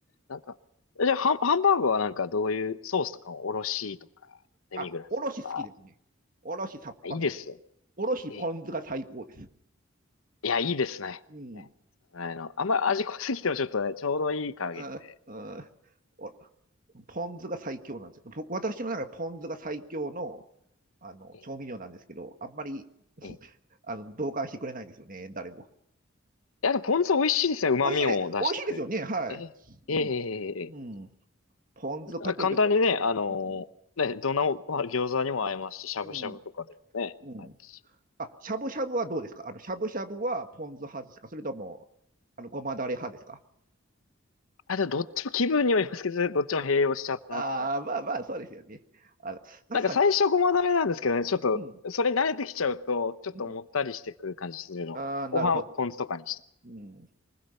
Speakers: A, on the left; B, on the right.
A: なんか、じゃあ、ハン、ハンバーグはなんかどういうソースとかもおろしとか、デミグラスとか、
B: あ、おろし好きですね。おろしさっぱり。
A: いいですよね。
B: おろしポン酢が最高です。
A: ええいや、いいですね。
B: うん。
A: ねそのの。あんまり味濃すぎてもちょっとね、ちょうどいい加減で。
B: うんうんおポン酢が最強なんですよ。僕、私の中でポン酢が最強のあの調味料なんですけど、
A: ええ、
B: あんまり
A: ええ。い
B: あの同感してくれないんですよね、誰も。
A: や、でもポン酢美味しいですね。旨味を出してくれるっていうか。
B: 美味しいで、美味しいですよね、はい。
A: ええ、ええ、
B: うん。
A: ええ、え
B: うん。ポン酢かけるときは、
A: え簡単にね、あのね、
B: うん。
A: どんなご飯餃子にも合いますし、しゃぶしゃぶとかでもね、
B: うん。うん
A: 合いますし。
B: あ、しゃぶしゃぶはどうですかあの、しゃぶしゃぶはポン酢派ですかそれとも、あの、ごまだれ派ですか
A: あ、でもどっちも気分によりますけどね、どっちも併用しちゃってますね。
B: ああ、まあまあ、そうですよね。あの、なんすかね。
A: なんか最初ごまだれなんですけどね、ちょっと、
B: うん。
A: それに慣れてきちゃうと、ちょっともったりしてくる感じするので、
B: うん。ああ、
A: 後半ポン酢とかにして。
B: なるほど。うん。